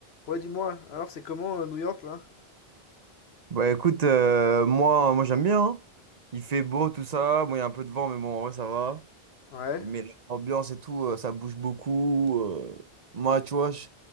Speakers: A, on the left; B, on the right.
A: Ouais, dis-moi, alors c'est comment euh, New York là?
B: Bah écoute, euh, moi, moi j'aime bien. hein. Il fait beau, tout ça. Bon, il y a un peu de vent, mais bon, en vrai, ça va.
A: Ouais.
B: Mais l'ambiance et tout, euh, ça bouge beaucoup. euh. Moi, tu vois, je...